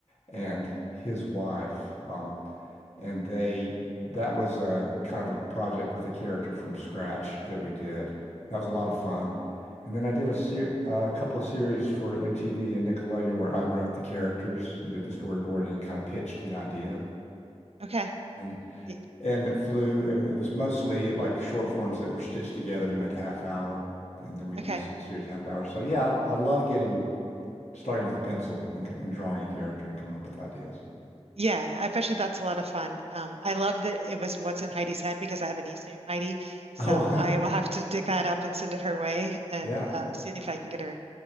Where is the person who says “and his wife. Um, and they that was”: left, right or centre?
Left